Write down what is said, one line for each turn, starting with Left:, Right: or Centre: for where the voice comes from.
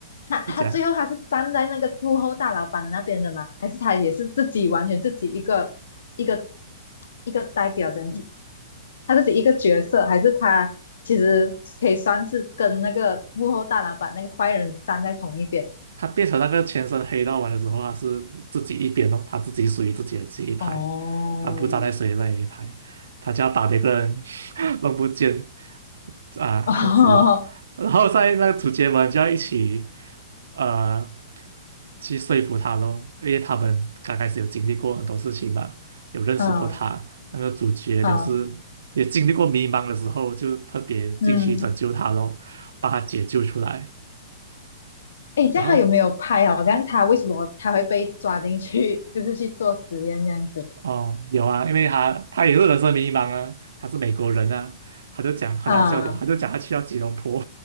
Left: 那他最后他是站在那个幕后大老板那边的吗？
Right: 你讲。
Left: 还是他也是自己完全自己一个一个一个代表这样子？他自己一个角色，还是他其实可以算是跟那个幕后大老板那个坏人站在同一边？
Right: 他变成那个全身黑道玩的时候，他是自己一边哦，他自己属于自己的这一派，
Left: 哦，
Right: 他不站在谁那一派，他就要把别个人 <laughs> 弄不见啊，
Left: <laughs> 哦，
Right: 这样子咯。然后在那个主角们就要一起呃去说服他咯，因为他们刚开始有经历过很多事情嘛，有认识过他，
Left: 嗯
Right: 那个主角也是也经历过迷茫的时候，
Left: 嗯
Right: 就特别进去拯救他咯，
Left: 嗯。
Right: 把他解救出来。
Left: 哎，这样他有没有拍啊？
Right: 然后
Left: 我这样他为什么他会被抓进去，<laughs> 就是去做实验这样子
Right: 哦，有啊，因为他他也是人生迷茫啊，他是美国人啊，他就讲很好笑的，
Left: 啊
Right: 他就讲他去到吉隆坡